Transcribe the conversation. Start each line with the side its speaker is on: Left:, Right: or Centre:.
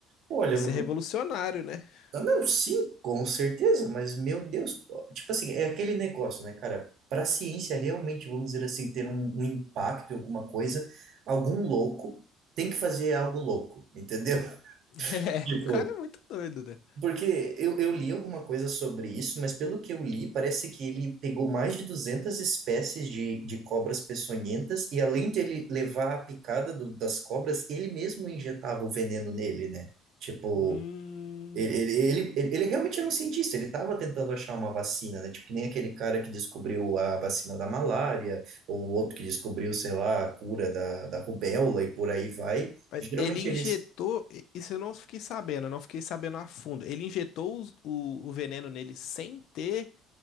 Right: Olha,
Left: Isso
Right: mano.
Left: é revolucionário, né? <laughs>
Right: ah, Não, sim, com certeza, mas meu Deus. Tipo assim, é aquele negócio, né, cara? Para a ciência realmente, vamos dizer assim, ter um, um impacto em alguma coisa, algum louco tem que fazer algo louco, entendeu? <laughs>
Left: É,
Right: Tipo,
Left: o cara é muito doido, né?
Right: Porque eu, eu li alguma coisa sobre isso, mas pelo que eu li, parece que ele pegou mais de 200 espécies de, de cobras peçonhentas, e além de ele levar a picada do- das cobras, ele mesmo injetava o veneno nele, né? Tipo,
Left: Hum.
Right: ele, ele, ele, ele ele realmente era um cientista, ele estava tentando achar uma vacina, né? Tipo, que nem aquele cara que descobriu a vacina da malária, ou o outro que descobriu, sei lá, a cura da, da rubéola e por aí vai.
Left: Mas
Right: Geralmente
Left: Ele injetou,
Right: eles,
Left: i- isso eu não fiquei sabendo, eu não fiquei sabendo a fundo. Ele injetou os- o, o veneno nele sem ter